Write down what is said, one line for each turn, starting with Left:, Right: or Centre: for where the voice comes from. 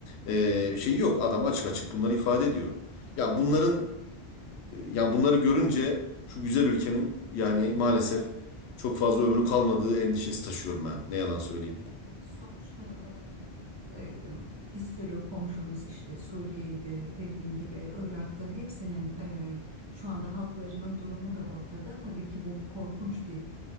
Left: ee, şey yok adam açık açık bunları ifade ediyor. Ya
Right: evet.
Left: bunların yani bunları görünce şu güzel ülkemin yani maalesef çok fazla ömrü kalmadığı endişesi taşıyorum ben. Ne yalan söyleyeyim.
Right: Sonuçta e, e, bir sürü komşumuz işte Suriye'de dediğim gibi Irak'ta hepsinin e, şu anda halklarının durumu da ortada. Tabii ki bu korkunç bir